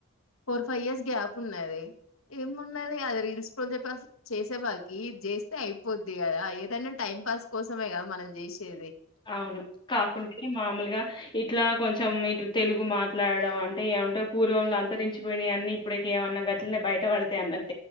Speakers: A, on the left; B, on the left.
A: ఫోర్ ఫైవ్ ఇయర్స్ గ్యాప్ ఉన్నది, ఏమున్నది. పొతే అది రీల్స్ పొసే పస్ చేసే వారికి జెస్తే అయిపోద్ది గదా, ఏదైనా టైం పాస్ కోసమే. గా మనం జేసేది.
B: అవును, కాకుంటే మామూల్గా, ఇట్లా కొంచెం ఇట్ల. తెలుగు మాట్లాడడం అంటే, ఏఅంత పూర్వంలో అంతరించిపోయ్నయాన్ని, ఇప్పుడకే ఏమన్నా, గట్లనే బయటపడ్తాయ్ అన్నట్ల.